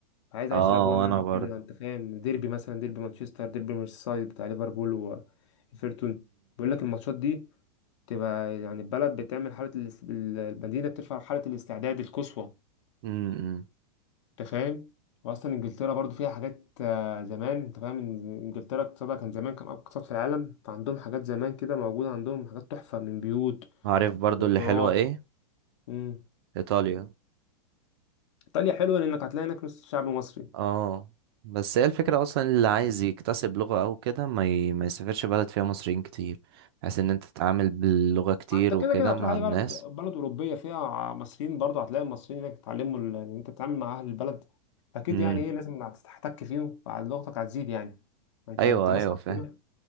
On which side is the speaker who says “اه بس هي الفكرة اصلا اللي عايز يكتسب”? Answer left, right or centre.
Right